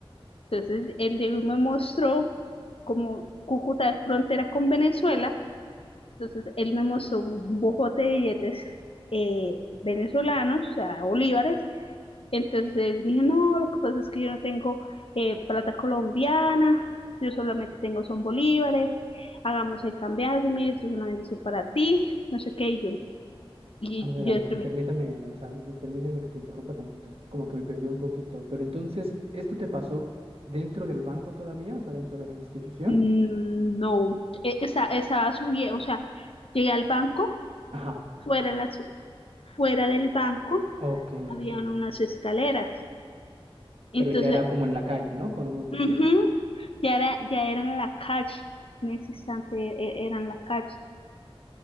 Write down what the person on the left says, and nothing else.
Entonces él llegó y me mostró como Cúcuta es frontera con Venezuela Entonces él me mostró un bojote de billetes eh, venezolanos, o sea, bolívares. Entonces me dijo, no, lo que pasa es que yo no tengo eh, plata colombiana, yo solamente tengo son bolívares, hagamos el cambiazo, mire, eso es una bendición para ti, no sé qué, y yo, y
yo
entre mí,
"Mm, no, E- esa- estaba subiendo, o sea, llegué al banco,
fuera, de las, fuera del banco
habían
unas escaleras. Entonces
Ujú, Ya era, ya era en la calle, en ese instante e- era en la calle.